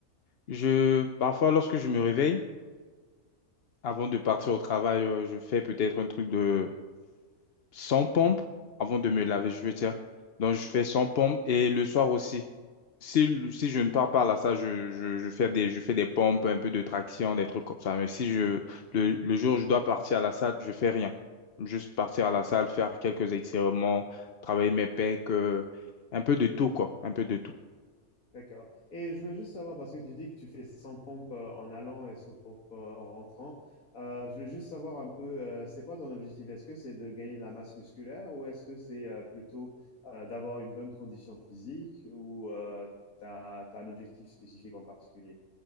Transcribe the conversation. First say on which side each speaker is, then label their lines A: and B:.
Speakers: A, on the left; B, on the left.
A: je, parfois, lorsque je me réveille, avant de partir au travail, euh, je fais peut-être un truc de 100 pompes avant de me laver, je veux dire. Donc, je fais 100 pompes et le soir aussi. Si, si je ne pars pas là, ça, je, je, je fais des, je fais des pompes, un peu de traction, des trucs comme ça. Mais si je, le, le jour où je dois partir à la salle, je fais rien. Juste partir à la salle, faire quelques étirements, travailler mes pecs, euh, un peu de tout, quoi. Un peu de tout.
B: D'accord. Et je voulais juste savoir, parce que tu dis que tu fais 100 pompes euh, en allant et 100 pompes euh, en rentrant, euh, je voulais juste savoir un peu, euh, c'est quoi ton objectif? Est-ce que c'est de gagner de la masse musculaire ou est-ce que c'est euh, plutôt euh, d'avoir une bonne condition physique ou euh, t'as, t'as un objectif spécifique en particulier?